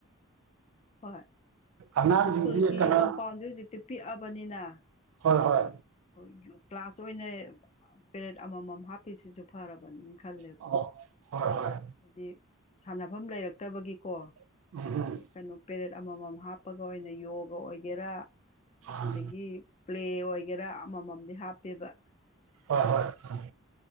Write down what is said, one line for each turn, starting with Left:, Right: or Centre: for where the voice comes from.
Left: ꯍꯣꯏ
Right: ꯑꯉꯥꯡꯁꯤꯡꯗꯤ
Left: ꯏꯁ꯭ꯀꯨꯜꯒꯤ
Right: ꯀꯩꯅꯣ
Left: ꯀꯝꯄꯥꯎꯟꯁꯦ ꯍꯧꯖꯤꯛꯇꯤ ꯄꯤꯛꯑꯕꯅꯤꯅ꯫
Right: ꯍꯣꯏ ꯍꯣꯏ
Left: ꯑꫭ ꯌꫭ ꯀ꯭ꯂꯥꯁ ꯑꯣꯏꯅ ꯄꯦꯔꯦꯠ ꯑꯃꯃꯝ ꯍꯥꯞꯄꯤꯁꯤꯁꯨ ꯐꯔꯕꯅꯤ꯫ ꯈꯜꯂꯦ
Right: ꯑꯣ ꯍꯣꯏ ꯍꯣꯏ꯫
Left: ꯍꯥꯏꯗꯤ ꯁꯥꯟꯅꯐꯝ ꯂꯩꯔꯛꯇꯕꯒꯤꯀꯣ꯫
Right: <unintelligible>
Left: ꯀꯩꯅꯣ ꯄꯦꯔꯦꯠ ꯑꯃꯃꯝ ꯍꯥꯞꯄꯒ ꯑꯣꯏꯅ ꯌꯣꯒ ꯑꯣꯏꯒꯦꯔꯥ
Right: ꯎꯝ
Left: ꯑꯗꯒꯤ ꯄ꯭ꯂꯦ ꯑꯣꯏꯒꯦꯔꯥ ꯑꯃꯃꯝꯗꯤ ꯍꯥꯞꯄꯦꯕ꯫
Right: ꯍꯣꯏ ꯍꯣꯏ ꯎꯝ꯫